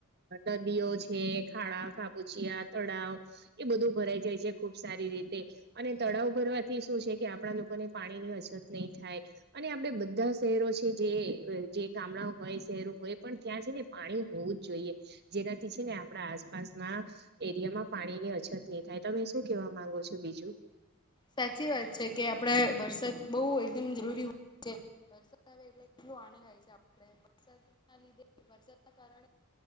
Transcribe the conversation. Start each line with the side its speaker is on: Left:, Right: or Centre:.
Right: અ નદીઓ છે, ખાણા ખાબુચિયા તળાવ એ બધું ભરાઈ જાય છે, ખુબ સારી રીતે અને તળાવ ભરવા થી શું છે કે આપણા લોકોને પાણી ની અછત નહીં થાય અને આપડે બધા શહેરો છે જે જે ગામડા હોય શહેરો હોય પણ ત્યાં છે ને પાણી હોવું જ જોઈએ જેનાથી છે ને આપડા આસપાસ ના એરિયામાં પાણીની અછત નહી થાય તમે શું કેવા માંગો છો બીજું?
Left: સાચી વાત છે, કે આપડે વરસાદ બઉ એકદમ જરૂરી હોય આવે એટ કેટલું આનંદ છે, આપડે વરસાદ ના લીધે વરસાદ ના કારણે